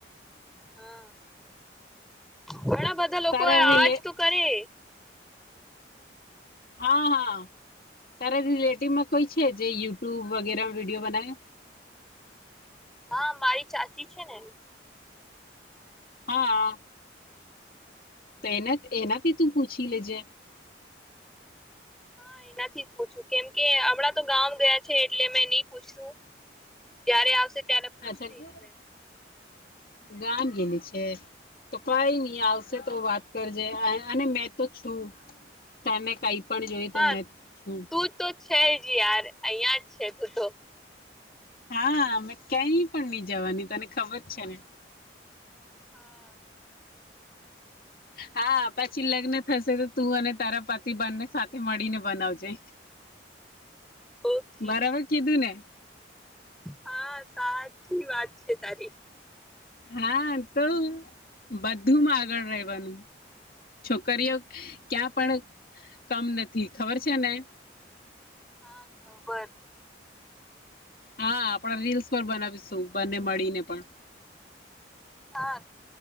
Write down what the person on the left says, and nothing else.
તારા
રિલે
હા હા તારો રિલેટિવમાં કોઈ છે જે યૂટ્યૂબ વગેરેમાં વિડીયો બનાવે.
હા. તો એના એનાથી તું પૂછી લેજે.
અચ્છા
કે
ગામ ગેલી છે તો કઈ ની આવશે તો વાત કરજે અને મેં તો છું તને કઈ પણ જોઈએ
તો મેં છું.
હા મે ક્યાય પણ ની જવાની તને ખબર છે ને.
હા પછી લગ્ન થશે તો તું અને તારા પતિ બંને સાથે મળીને બનાવજે.
બરાબર કીધું ને.
હા તો બધુંમાં આગળ રહેવાનું છોકરીઓ ક્યાં પણ કમ નથી ખબર છે ને
હા આપડા રીલ્સ પણ બનાવીશું બંને મળીને પણ.